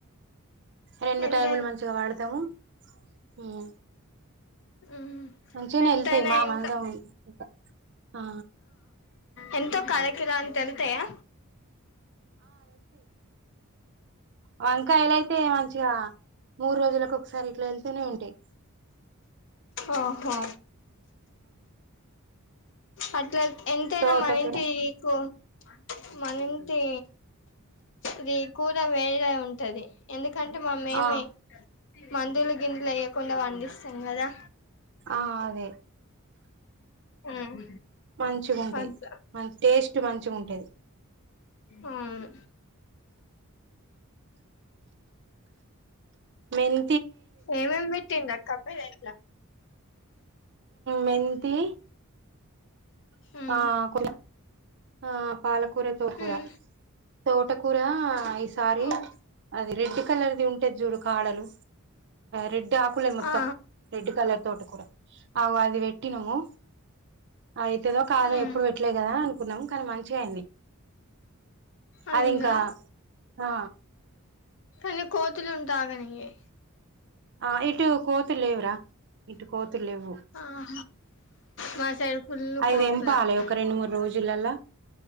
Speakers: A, on the right; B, on the left.
A: రెండు
B: ఎంత
A: టైమ్లు మంచిగా వాడతము <unintelligible> హ్మ్
B: ఉమ్
A: మంచిగనే
B: ఎంతైనా
A: ఎళ్తయి. మా
B: ఎంత
A: మందం ఇంకా ఆ
B: ఎంతో ఒక అరకిల అం ంతఎలుతయా
A: వంకాయలైతే మంచిగ చిగా మూడు రోజులకు ఒకసారి ఇట్ల వెళ్తూనే ఉంటయి.
B: ఓహో అట్లఎల్ ఎంతయినా
A: తోటకూర
B: మన ఇంటి కో మన ఇంటీ ఇది కూర వేరే ఉంటది ఎందుక్ కంటే మామేమి
A: ఆ
B: మందుల గిందులు వెయ్యకుండా పండిస్తాం కదా
A: ఆ అదే
B: హ్మ్
A: మంచిగా ఉంటాయి
B: అంతా
A: మంచి టేస్ట్ మంచిగా ఉంటది
B: అవును
A: మెన్
B: ఏమేమ్ పెట్టిమ్రక్క పేరట్ల
A: మెంతి
B: ఉమ్
A: ఆ కొత్తిమీర ఆ పాలకూర, తోటకూర
B: ఉమ్
A: తోటకు కూర ఈ సారి
B: ఉమ్
A: అది రెడ్ కలర్ది ఉంటది చూడు కాడలు రెడ్ ఆకులే మొత్తం
B: ఆ
A: రెడ్ కలర్ తోటకూర అగో అది వెట్ పెట్టినము అయితదో కాదో
B: ఉమ్
A: ఎప్పుడు పెట్లే కదా కున్నాం కానీ మంచి చిగా అయింది.
B: అయిందా
A: అది ఇంకా ఆ
B: కానీ కోత్ ఉంటె అగనియ్యయి
A: ఆ ఇటు కోతులు లేవు రా ఇటు కో తులు లెవ్వు
B: ఆ మా సైడ్ ఫుల్
A: అవి
B: కోతులు
A: తెంపాలే
B: అక్క
A: ఒక రెండు మూడు రోజులలా